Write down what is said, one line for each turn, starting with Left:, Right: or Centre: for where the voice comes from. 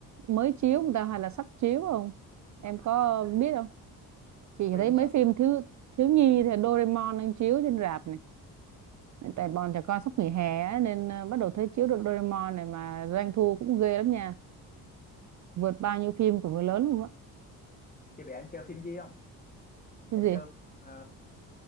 Right: mới chiếu người ta hay là sắp chiếu không? Em có biết không? Chị
Left: phim
Right: thấy mấy
Left: ờ,
Right: phim thiếu thiếu nhi thì Doraemon đang chiếu trên rạp này. Tại bọn trẻ con sắp nghỉ hè á, nên ờ, bắt đầu thấy chiếu được Doraemon này mà doanh thu cũng ghê lắm nha. Vượt bao nhiêu phim của người lớn luôn á.
Left: chị biết em chơi phim gì không
Right: Phim
Left: em
Right: gì?
Left: chơi ờ,